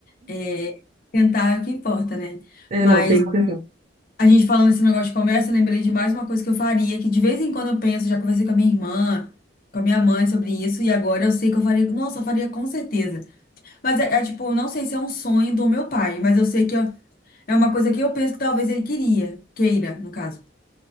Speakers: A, on the left; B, on the right.
A: é, tentar é o que importa, né?
B: É,
A: Mas
B: não, tem que perguntar.
A: a gente falando desse negócio de comércio, eu lembrei de mais uma coisa que eu faria, que de vez em quando eu penso, já conversei com a minha irmã, com a minha mãe sobre isso, e agora eu sei que eu faria, nossa, eu faria com certeza. Mas é, é tipo, eu não sei se é um sonho do meu pai, mas eu sei que eu- é uma coisa que eu penso que talvez ele queria, queira, no caso.